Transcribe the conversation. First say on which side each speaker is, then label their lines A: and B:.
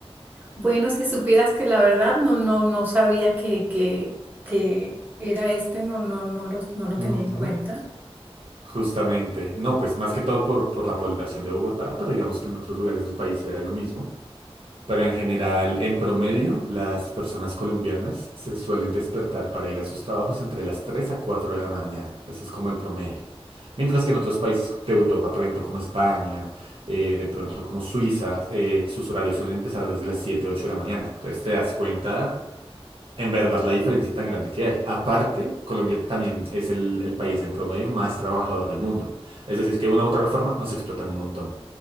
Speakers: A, on the right; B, on the right.
A: Bueno, si supieras que la verdad no, no, no sabía que, que, que era este, no, no, no lo, no lo
B: Ujú,
A: tenía en cuenta.
B: Justamente. No, pues más que todo por, por la población de Bogotá, pero digamos que en otros lugares del país era lo mismo. Pero en general, en promedio, las personas colombianas se suelen despertar para ir a sus trabajos entre las 3 a 4 de la mañana. Eso es como el promedio. Mientras que en otros países de Europa, por ejemplo, como España, eh, de pronto como Suiza, eh, sus horarios suelen empezar desde las 7 8 de la mañana. Entonces te das cuenta en verdad, la diferencia tan grande que hay. Aparte, Colombia también es el, el país en promedio más trabajador del mundo. Es decir, que de una u otra forma nos explotan un montón.